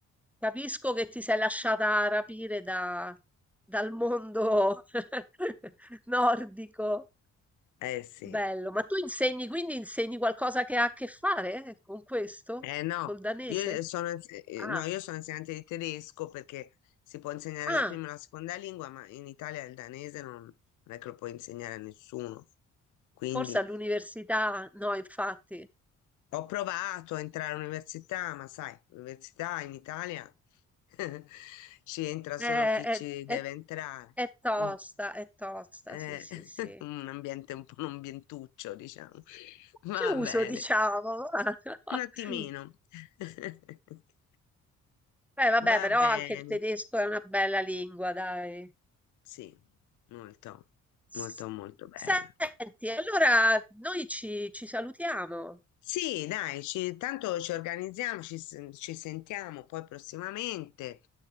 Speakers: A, in the centre; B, on the left (about 80°).
A: Capisco che ti sei lasciata rapire da- dal mondo <laughs> nordico.
B: Eh sì,
A: Bello, ma tu insegni, quindi insegni qualcosa che ha a che fare, eh, con questo?
B: eh no,
A: Col danese?
B: io sono, eh,
A: Ah,
B: no, io sono insegnante di tedesco perché si può insegnare
A: ah,
B: la prima e la seconda lingua, ma in Italia il danese non, non è che lo puoi insegnare a nessuno. Quindi
A: forse all'università, no, infatti.
B: ho provato a entrare all'università, ma sai, l'università in Italia <laughs> ci entra solo
A: Eh,
B: chi
A: È,
B: ci
A: è-
B: deve entrare.
A: è tosta,
B: Mm,
A: è tosta,
B: eh,
A: sì, sì,
B: <laughs>
A: sì.
B: un ambiente un po' un ambientuccio, diciamo. Va
A: Chiuso,
B: bene,
A: diciamo. <laughs>
B: un attimino. <laughs>
A: Beh, vabbè,
B: Va
A: però
B: bene,
A: anche il tedesco è una bella lingua, dai.
B: sì, molto,
A: S-
B: molto, molto bella.
A: Senti, allora noi ci, ci salutiamo,
B: Sì, dai, ci- tanto ci organizziamo, ci, sen- ci sentiamo poi prossimamente,